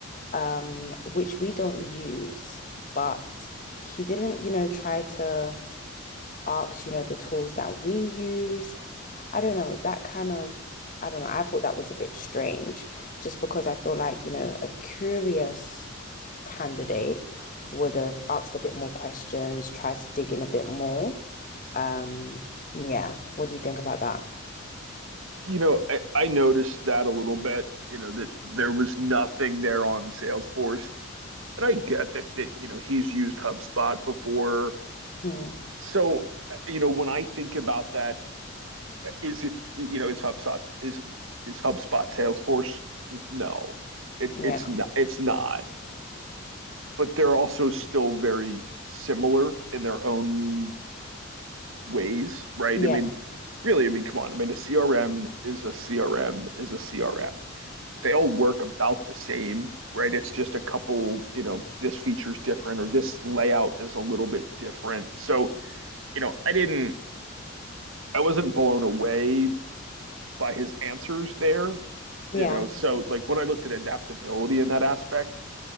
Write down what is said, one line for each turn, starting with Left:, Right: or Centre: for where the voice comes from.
Left: um, which we don't use, but he didn't, you know, try to ask, you know, the tools that we use I don't know, that kind of, I don't know, I thought that was a bit strange just because I feel like, you know, a curious candidate would have asked a bit more questions, tried to dig in a bit more. Um, yeah, what do you think about that?
Right: You know, I, I noticed that a little bit. You know that there was nothing there on Salesforce, and I get that that you know he's used HubSpot before.
Left: Mm,
Right: So you know when I think about that, is it you know is HubSpot is is HubSpot Salesforce? No, it
Left: yeah,
Right: it's not. It's not. But they're also still very similar in their own ways, right?
Left: yeah,
Right: I mean, really, I mean, come on. I mean, a CRM is a CRM is a CRM. They all work about the same, right? It's just a couple, you know, this feature's different or this layout is a little bit different. So, you know, I didn't, I wasn't blown away by his answers there,
Left: yeah,
Right: you know. So, like when I looked at adaptability in that aspect,